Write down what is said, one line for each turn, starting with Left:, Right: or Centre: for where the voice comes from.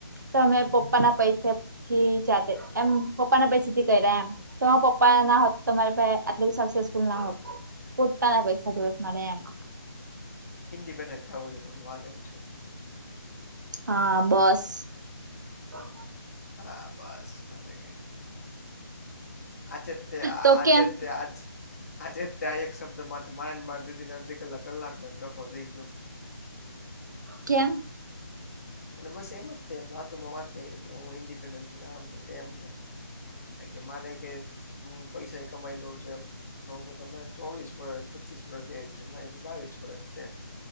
Right: તમે પપ્પાના પૈસા થી જાતે એમ પપ્પાના પૈસા થી કર્યા એમ. તમારા પપ્પા ના હોત તો તમારે આટલે સક્સેસફુલ ના હોત. પોતાના પૈસા જોયે મળે એમ.
Left: ઇન્ડિપેન્ડન્ટ થવું જરૂરી, વાત એમ છે.
Right: હા બસ. હા
Left: હા બસ મજ કે આજે તે
Right: તો
Left: આજે
Right: કેમ
Left: તે આજ આજે જ ત્યાં એક શબ્દ માટે મારેને મારી દીદી ને અડધી કલાક કલાક ડખકોો થઈ ગયો.
Right: કેમ?
Left: એ બસેેમતમ બાતમાં વાત નગરીક હું ન્ડી મને તેમને કે માને કે હું પૈસા કમાઈ લઉં છું એમ તો હ તરે ચોવીસ વરસ પચીસ વર્ષ એજ છે મારી જે બાવીસ વર્ષ છે.